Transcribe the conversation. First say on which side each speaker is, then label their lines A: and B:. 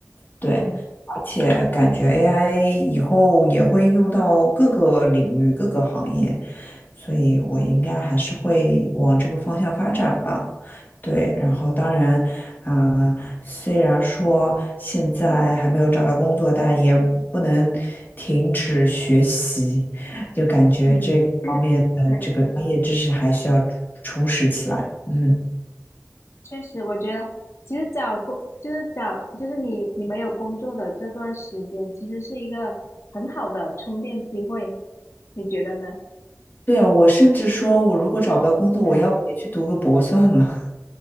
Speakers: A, on the left (about 35°); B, on the left (about 55°).
A: 对，
B: 嗯
A: 而且感觉 AI 以后也会应用到各个领域、各个行业，所以我应该还是会往这个方向发展吧。对，然后当然。啊、虽然说现在还没有找到工作，但也不能停止学习，就感觉这个方面的这个专业知识还需要充实起来。
B: 嗯，<coughs> <clears throat> 对，
A: 嗯，
B: 确实，我觉得其实找工就是找就是你你没有工作的这段时间，其实是一个很好的充电机会，你觉得呢？
A: 对，我甚至说，我如果找不到工作，
B: 嗯，
A: 我要不也去读个博算了。